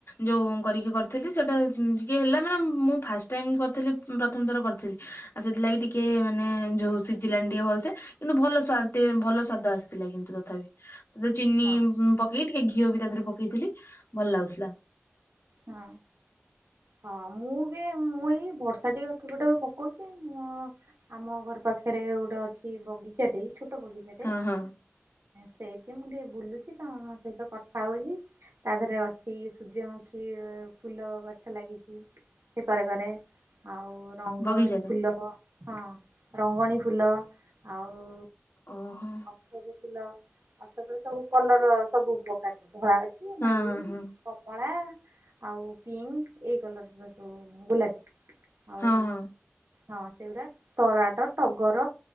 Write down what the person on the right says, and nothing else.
ହଁ
ହଁ ହଁ। ମୁଁ କି ମୁଁ ଏଇ ବର୍ଷା ଟିକେ ଠୋପେ ଠୋପେ ପକଉଛି ମୁଁ ଆମ ଘର ପାଖରେ ଗୋଟେ ଅଛି ବଗିଚାଟେ ଛୋଟ ବଗିଚାଟେ
ସେଇଠି ମୁଁ ଟିକେ ବୁଲୁଛି ତମ ସହିତ କଥା ହଉଛି ତା ଦେହରେ ଅଛି ସୂର୍ଯ୍ୟମୁଖୀ କି ଫୁଲ ଗଛ ଲାଗିଛି ସେ କରେ କରେ ଆଉ ରଙ୍ଗଣୀ
ଫୁଲ ହଁ ରଙ୍ଗଣୀ ଫୁଲ ଆଉ
ସବୁ ଫୁଲ ମାସକରେ ସବୁ କଲର ସବୁ ଉପକାରୀ ଧଳା ଅଛି
ନାଲି
କମଳା ଆଉ ପିଙ୍କ ଏଇ କଲରର ସବୁ ଗୋଲାପୀ ଆଉ
ହଁ ସେଗୁରା ତରାଟ, ଟଗର,